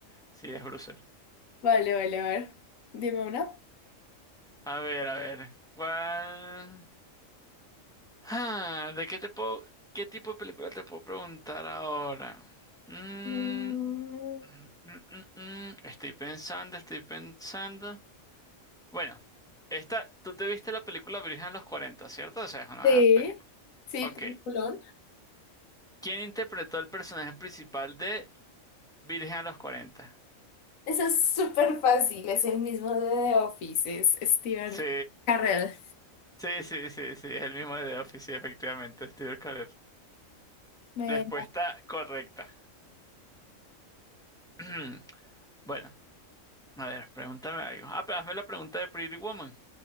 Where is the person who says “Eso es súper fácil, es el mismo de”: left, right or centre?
Left